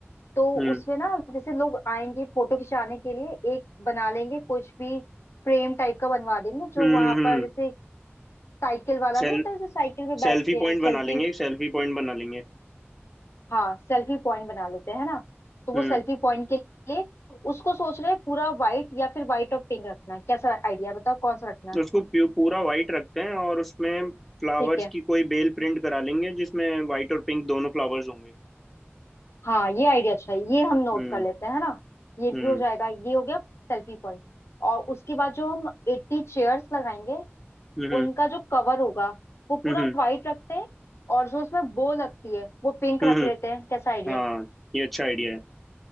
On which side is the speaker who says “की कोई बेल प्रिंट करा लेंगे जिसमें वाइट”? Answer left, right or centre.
Centre